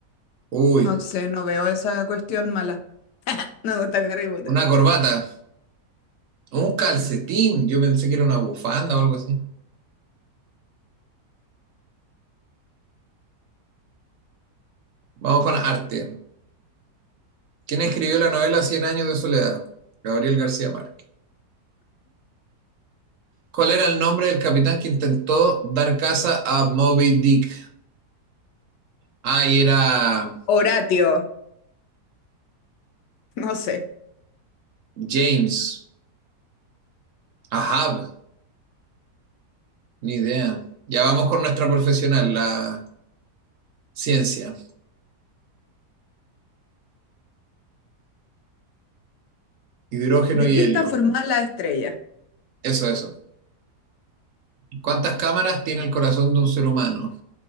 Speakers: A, on the right; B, on the left.
A: Uy,
B: No sé, no veo esa cuestión mala. No me gusta Harry Potter.
A: una corbata. Un calcetín. Yo pensé que era una bufanda o algo así. Vamos con arte. ¿Quién escribió la novela Cien años de soledad? Gabriel García Márquez. ¿Cuál era el nombre del capitán que intentó dar caza a Moby Dick? Ah, y era
B: Horatio, no sé.
A: James. Ahab, ni idea. Ya vamos con nuestra profesional, la ciencia. Hidrógeno
B: ¿De
A: y
B: qué
A: helio.
B: están formadas las estrellas?
A: Eso, eso. ¿Cuántas cámaras tiene el corazón de un ser humano?